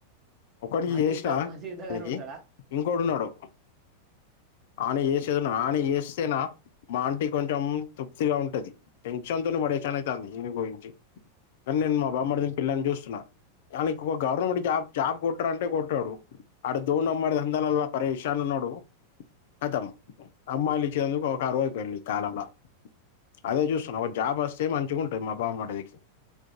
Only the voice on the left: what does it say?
ఒకడికి
చేసినా
ఆనికి
ఇంకోడున్నాడు ఆ అని చేసేదు ఆని చేస్తేనా మా ఆంటి కొంచెం తృప్తిగా ఉంటది టెన్షన్ తో పరేషాన్ అయితాంది ఈని గురించి కాని నేను మర్ది కి పిల్లన్ చూస్తున్నా. ఆనికో గవర్నమెంట్ జాబ్ జాబ్ కొట్రా అంటే కొట్టాడు ఆడ దోన్ అమ్మడు దందాన్ల పరేశాన్ ఉన్ న్నాడు కతం అమ్మాయిలు ఇచ్చేందుకు కరువైపేంది ఈ కాలంలా అదే చూస్తున్నా ఒక జాబ్ వస్తే మంచిగా ఉంటది మా బామర్ది కి